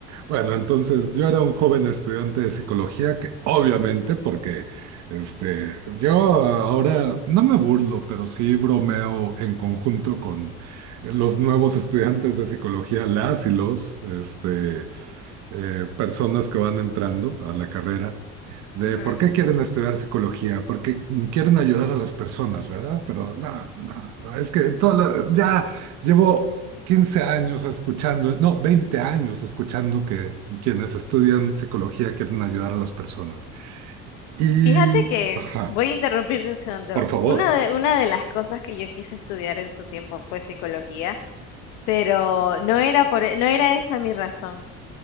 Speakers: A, on the right; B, on the left.
A: Bueno, entonces yo era un joven estudiante de psicología que obviamente, porque este, yo ahora no me burlo, pero sí bromeo en conjunto con los nuevos estudiantes de psicología, las y los este, eh, personas que van entrando a la carrera de
B: <laughs> Ujú.
A: por qué quieren estudiar psicología, porque quieren ayudar a las personas, ¿verdad? Pero no, no, no, es que toda la- ya llevo 15 años escuchando, no, 20 años escuchando que quienes estudian psicología quieren ayudar a las personas. Y,
B: Fíjate que
A: ajá,
B: voy a interrumpirte un segundo.
A: por favor.
B: Una de, una de las cosas que yo quise estudiar en su tiempo fue psicología, pero no era por, e- no era esa mi razón.